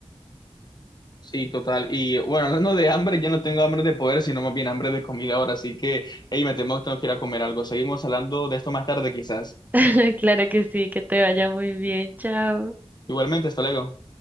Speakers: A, on the left (about 40°); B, on the right (about 15°).
A: Sí, total. Y bueno, hablando de hambre, yo no tengo hambre de poder, sino más bien hambre de comida ahora. Así que, hey, me temo que tengo que ir a comer algo. Seguimos hablando de esto más tarde, quizás.
B: <laughs> Claro que sí, que te vaya muy bien, chao.
A: Igualmente, hasta luego.